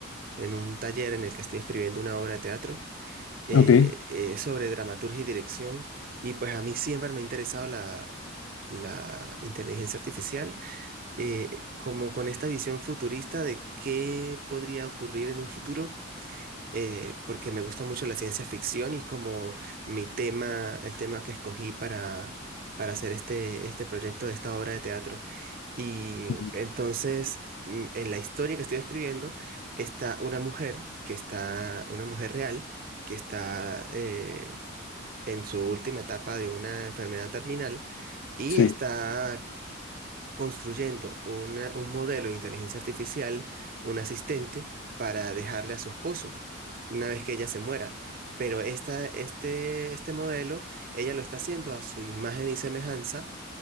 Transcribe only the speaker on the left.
Ok,
Ujú.
sí,